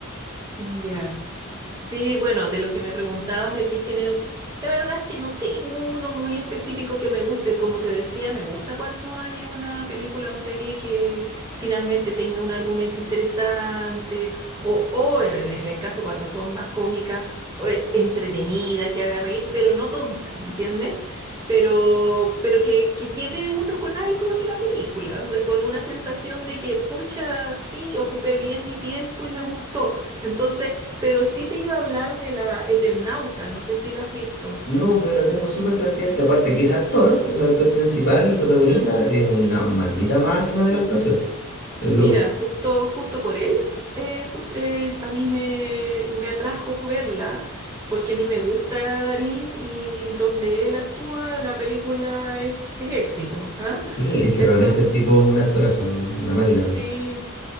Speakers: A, on the right; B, on the left.
A: ya. Sí, bueno, de lo que me preguntabas de qué género, te- la verdad es que no tengo uno muy específico que me guste. Como te decía, me gusta cuando hay una película o serie que finalmente tenga un argumento interesante o, o en, en el caso cuando son más cómicas, o, eh, entretenida, que haga reír, pero no tonta, ¿me entiendes? Pero, pero que, que quede uno con algo de la película, o sea, con una sensación de que, pucha, sí, ocupé bien mi tiempo y me gustó. Entonces, pero sí te iba a hablar de la Eternauta, no sé si la has visto.
B: No, pero la tengo súper pendiente. Aparte que ese actor, el actor principal, el protagonista,
A: Mm.
B: es una maldita máquina de la actuación. El
A: Mira,
B: loco.
A: justo, justo por él, eh, jus- eh, a mí me, me atrajo verla, porque a mí me gusta Darín y, y donde él actúa, la película es, es éxito, ¿ah?
B: Sí, es que
A: Entonces,
B: realmente el tipo es un actorazo, un- una máquina,
A: sí,
B: una